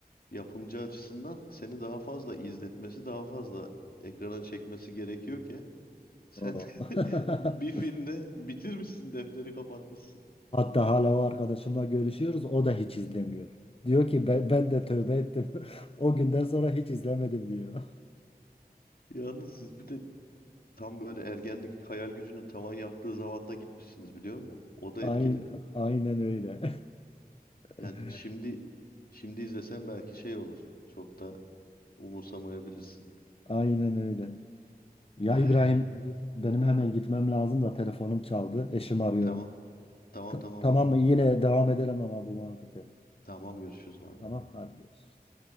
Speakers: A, on the left (about 65°); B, on the left (about 35°).
A: yapımcı açısından seni daha fazla izletmesi, daha fazla ekrana çekmesi gerekiyor ki sen
B: O. <laughs>
A: <laughs> bir filmde bitirmişsin, defteri kapatmışsın.
B: Hatta hala o arkadaşımla görüşüyoruz. O da hiç izlemiyor. Diyor ki ben, ben de tövbe ettim. <laughs> O günden sonra hiç izlemedim diyor.
A: Yalnız siz bir de tam böyle ergenlik hayal gücünün tavan yaptığı zamanda gitmişsiniz biliyor musun?
B: <laughs>
A: O da
B: Aynen,
A: etkili.
B: aynen öyle. <laughs>
A: Ya şimdi şimdi izlesen belki şey olur. Çok da umursamayabilirsin.
B: Aynen öyle. Ya
A: Ay,
B: İbrahim benim hemen gitmem lazım da telefonum çaldı. Eşim arıyor.
A: tamam. Tamam
B: Ta-
A: tamam
B: tamam
A: abi.
B: mı? Yine devam edelim ama bu muhabbete.
A: Tamam görüşürüz bay
B: Tamam
A: bay.
B: hadi görüşürüz.